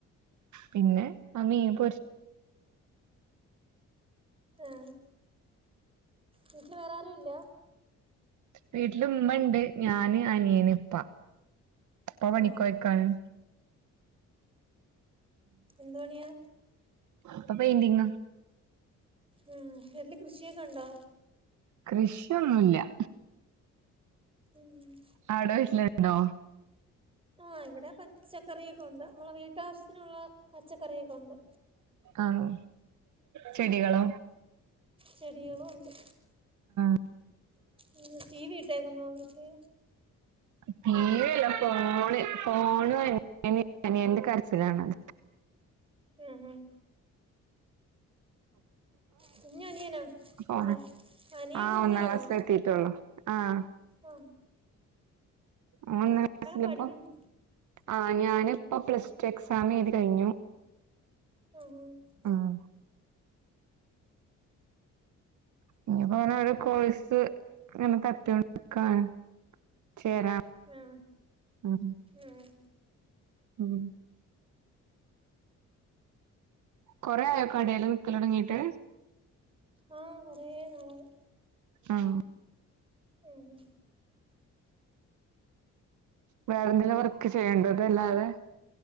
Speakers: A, on the right; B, on the right.
A: പിന്നെ <unintelligible>
B: ആ വീട്ടിൽ വേറെ ആരു ഇല്ല.
A: വീട്ടില ഉമ്മുണ്ട് ഞാന് അനിയന് ഇപ്പാ. പ്പ പണി
B: ആഹ്
A: കോയ്ക്കാണ്.
B: എന്തണിയാ
A: അപ്പൊ പെയിന്റിങ്ങാ
B: ഉം വീട്ടല് കൃഷിയൊക്കെ ഉണ്ടോ?
A: കൃഷിയൊന്നു ഇല്ല
B: ഉം
A: ആട വീട്ടിലുണ്ടോ?
B: ആഹ ഇവിടെ പച്ചക്കറി യൊ ക്കെ ഉണ്ട് നമ്മളെ വീട്ടാവശ്യത്തിനുള്ള പച്ചക്കറിയൊക്കെ ഉണ്ട്.
A: ആഹ് ചെടികളോ
B: ചെടികളും ഉണ്ട്.
A: ആ
B: ഉ ടി വി ഇട്ടേക്കന്നോ വീട്ടില്
A: ടി വില്ല ഫോണ് ഫോണ് <unintelligible> എനി <inaudible> കരച്ചിലാണ്ത്
B: ഉം ഉം കുഞ്ഞ അനിയനാ
A: ഫോണ്
B: ഏ അനിയൻ
A: ആഹ്
B: കുഞ്ഞാണോ?
A: ഒന്നാം ക്ലാസ്സിൽ എത്തിയിട്ടുള്ളൂ ആഹ്
B: ആഹ
A: ആ ഒന്നാം ക്ലാസിപ്പോ
B: പഠിക്കുന്നു
A: ആ ഞാാനിപ്പോ പ്ലസ് ടു എക്സാം ചെയ്ത് കഴിഞ്ഞു.
B: ആഹ ഹ
A: ആഹ് ഇനിപ്പോനെ ഓരോ കോഴ്സ് ഇങ്ങനെ <unintelligible> ശരാ
B: ആഹ്
A: ഉ <unintelligible>
B: ആഹ്
A: ഉം കൊറെ ആയോ കടലു നിക്കല തുടങ്ങീട്ട്
B: ആഹ് കൊറേ നാളായി
A: ആഹ
B: ഉം
A: വേറെ എന്തങ്കിലും വർക്ക് ചെയ്യണ്ട ഇതല്ലാതെ?